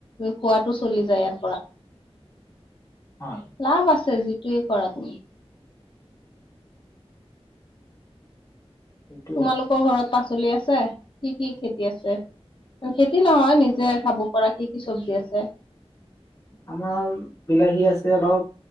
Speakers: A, on the left; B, on the left.
A: খোৱা টো চলি যায় ইয়াৰ পৰা
B: হয়
A: লাভ আছে যি এইটোৱে কৰা তুমি
B: সেইটোয়ে
A: তোমালোকৰ ঘৰত পাচলি আছে কি কি খেতি আছে খেতি নহয় নিজে খাব পৰা কি কি চব্জি আছে
B: আমাৰ বিলাহী আছে অলপ